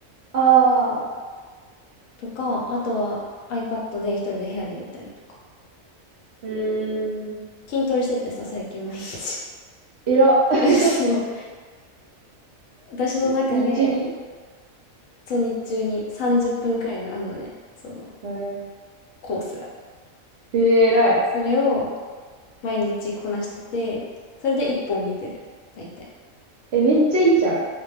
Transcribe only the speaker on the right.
ああー、
うーん。
えら。<laughs>
に日中に
え
ー、えらい。
え、めっちゃいいじゃん。